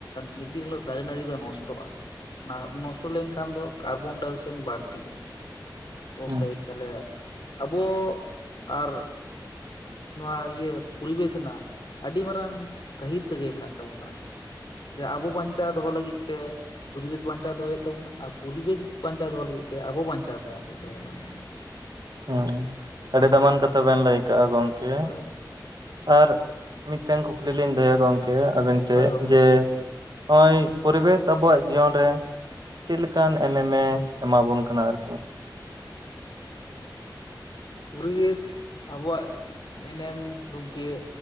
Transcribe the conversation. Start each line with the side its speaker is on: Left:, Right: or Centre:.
Left: ᱢᱤᱫ ᱫᱤᱱ ᱦᱤᱞᱳᱜ ᱫᱟᱨᱮ ᱱᱟᱹᱲᱤ ᱫᱚ ᱱᱚᱥᱴᱚᱜᱼᱟ, ᱟ ᱱᱚᱥᱴᱚ ᱞᱮᱱᱠᱷᱟᱱ ᱫᱚ ᱠᱟᱨᱵᱚᱱᱰᱟᱭ ᱚᱠᱥᱟᱭᱤᱰ ᱵᱟᱹᱲᱛᱤᱜᱼᱟ ᱾ ᱛᱤ, ᱚᱠᱥᱟᱭᱤᱰ
Right: ᱦᱩᱸ
Left: ᱛᱟᱦᱚᱞᱮ ᱟᱵᱚ ᱟᱨ ᱱᱚᱣᱟ ᱤᱭᱟᱹ ᱯᱚᱨᱤᱵᱮᱥ ᱨᱮᱱᱟᱜ, ᱟᱹᱰᱤ ᱢᱟᱨᱟᱝ ᱜᱟᱹᱦᱤᱨ ᱥᱟᱹᱜᱟᱹᱭ ᱢᱮᱱᱟᱜ ᱛᱟᱵᱚᱱᱟ᱾ ᱡᱮ ᱟᱵᱚ ᱵᱟᱧᱪᱟᱣ ᱫᱚᱦᱚ ᱞᱟᱹᱜᱤᱫ ᱛᱮ ᱯᱚᱨᱤᱵᱮᱥ ᱵᱟᱧᱪᱟᱣ ᱫᱚᱦᱚᱭ ᱦᱳᱭᱳᱜ ᱛᱟᱵᱚᱱᱟ᱾ ᱟᱨ ᱯᱚᱨᱤᱵᱮᱥ ᱵᱟᱧᱪᱟᱣ ᱫᱚᱦᱚ ᱞᱟᱹᱜᱤᱫ ᱛᱮ, ᱟᱵᱚ ᱵᱟᱧᱪᱟᱣ ᱛᱟᱦᱮᱱ ᱦᱳᱭᱳᱜ ᱛᱟᱵᱚᱱᱟ ᱾
Right: ᱦᱚᱸ, ᱟᱹᱰᱤ ᱫᱟᱢᱟᱱ ᱠᱟᱛᱷᱟ ᱵᱮᱱ ᱞᱟᱹᱭ ᱠᱟᱜᱼᱟ ᱜᱚᱢᱠᱮ᱾
Left: ᱦᱳᱭ ᱜᱚᱝᱠᱮ
Right: ᱟᱨ ᱢᱤᱫᱴᱮᱱ ᱠᱩᱠᱞᱤ ᱞᱤᱧ ᱞᱟᱹᱭᱟ, ᱜᱚᱢᱠᱮ ᱟᱵᱮᱱ ᱴᱷᱮᱱ
Left: ᱦᱳᱭ ᱜᱚᱝᱠᱮ
Right: ᱡᱮ
Left: ᱞᱟᱹᱭ ᱵᱤᱱ
Right: ᱦᱚᱜᱼᱚᱭ ᱯᱚᱨᱤᱵᱮᱥ ᱚᱵᱚᱣᱟᱜ ᱡᱤᱭᱚᱱ ᱨᱮ ᱪᱮᱫ ᱞᱮᱠᱟᱱ ᱮᱱᱮᱢᱮ ᱮᱢᱟᱵᱚᱱ ᱠᱟᱱᱟ ᱟᱨᱠᱤ᱾
Left: ᱯᱚᱨᱤᱵᱮᱥ ᱟᱵᱚᱣᱟᱜ᱾ ᱮᱱᱮᱢ ᱜᱚᱝᱠᱮ,